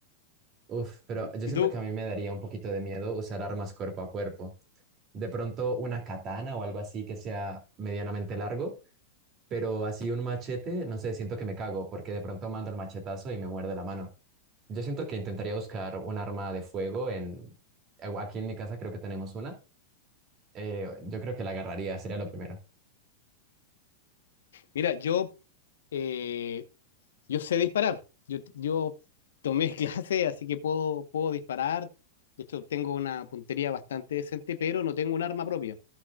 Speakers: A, on the right; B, on the left.
A: Uf, pero
B: ¿Y
A: yo
B: y
A: siento
B: tú?
A: que a mí me daría un poquito de miedo usar armas cuerpo a cuerpo. De pronto una katana o algo así que sea medianamente largo, pero así un machete, no sé, siento que me cago porque de pronto mando el machetazo y me muerde la mano. Yo siento que intentaría buscar un arma de fuego en... eh, Aquí en mi casa creo que tenemos una. Eh, yo creo que la agarraría, sería lo primero.
B: Mira, yo, eh, yo sé disparar, yo, yo tomé <laughs> clase, así que puedo, puedo disparar, de hecho tengo una puntería bastante decente, pero no tengo un arma propia.